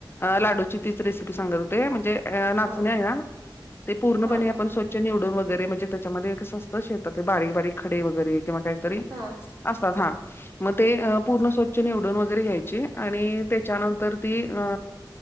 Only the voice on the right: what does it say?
हा
हा
हा
हा